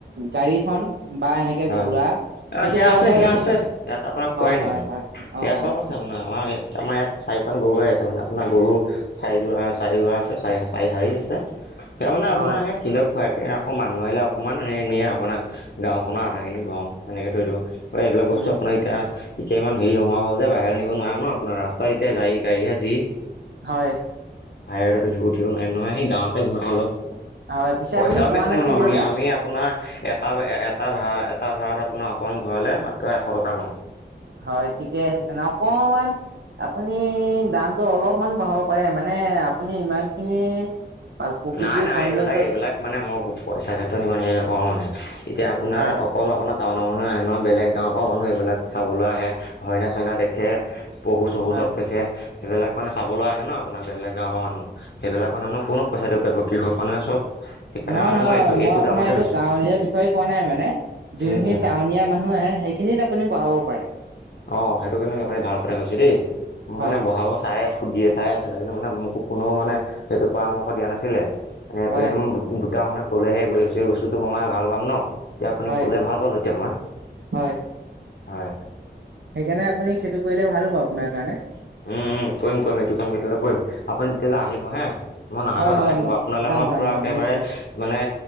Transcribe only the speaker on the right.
গাড়ীখন বা এনেকে
ঘোঁৰা, সেইটো
কৰা
হয়,
হয়, হয়,
হয়,
অ', অ',
অ',
হয়।
উম
হয়।
হয় পিছে
আপুনি কোৱা
নাছিলে
যে
হয় ঠিকে আছে তেনে অকমান, আপুনি দামটো অলপমান বঢ়াব পাৰে মানে এ আপুনি ইমান খিনি প্ৰকৃতিৰ
সৌন্দৰ্য
হয়
হয়
নহয়
নহয়
মই আপোনাৰ
এইটো
গাঁৱলীয়া বিষয়ে কোৱা নাই মানে, যোনখিনি
টাউনীয়া মানুহ সেইখিনিত আপুনি বহাব পাৰে।
হয়
হয়
হয়
হয়
সেইকাৰণে আপুনি সেইটো কৰিলে ভাল হ'ব আপোনাৰ কাৰণে
হয়
হয় মই
যাম
যাম
যাম
নিশ্চয়